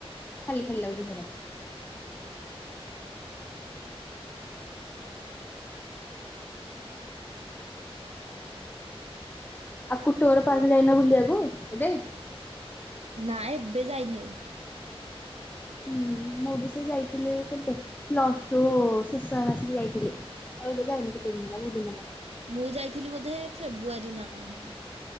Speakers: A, on the left; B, on the right.
A: ଖାଲି ଖାଲି ଲାଗୁଚି ଘର। ଆଉ କୁଟଘର ପାର୍କ ଯାଇନ ବୁଲିବାକୁ ଏବେ?
B: ନାଁ ଏବେ ଯାଇନି ଆଉ।
A: ହୁଁ ମୁଁ ବି ସେ ଯାଇଥିଲି କେବେ ପ୍ଲସ ଟୁ ଶେଷ ହେ ଆସିକି ଯାଇଥିଲି। ଆଉ ଏବେ ଯାଇନି କେତେ ଦିନି ହେଲା ବହୁତ ଦିନ ହେଲା।
B: ମୁଁ ଯାଇଥିଲି ବୋଧେ ଫ୍ରେବୃୟାରୀ ନା କଣ ହବ।